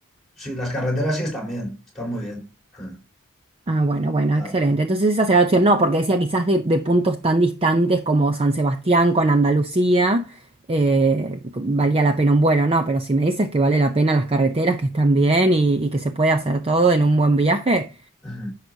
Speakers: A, in the centre; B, on the right.
A: Sí, las carreteras sí están bien, están muy bien. Mm,
B: Ah, bueno, bueno,
A: Claro.
B: excelente. Entonces esa será la opción. No, porque decía quizás de, de puntos tan distantes como San Sebastián con Andalucía, eh, valía la pena un vuelo, ¿no? Pero si me dices que vale la pena las carreteras, que están bien y, y que se puede hacer todo en un buen viaje,
A: Sí.